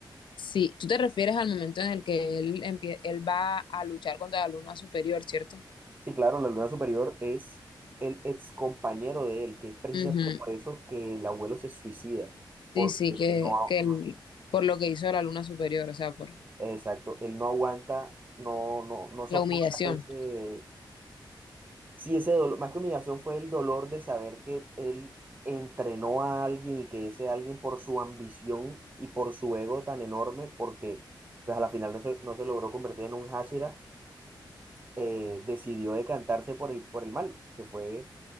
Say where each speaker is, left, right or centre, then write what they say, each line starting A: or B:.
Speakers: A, on the left; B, on the right.
A: Sí, tú te refieres al momento en el que él, empie- él va a luchar contra la luna superior, ¿cierto?
B: Sí, claro, la luna superior es el ex compañero de él, que es precisamente
A: Ujú.
B: por eso que el abuelo se suicida, porque
A: Sí, sí, que,
B: no,
A: que el- por lo que hizo la luna superior, o sea, por
B: Exacto, él no aguanta, no, no, no soporta
A: la humillación.
B: ese, sí, ese dolor, más que humillación fue el dolor de saber que él entrenó a alguien y que ese alguien por su ambición y por su ego tan enorme, porque pues a la final no se, no se logró convertir en un Hashira, eh, decidió decantarse por el, por el mal, que fue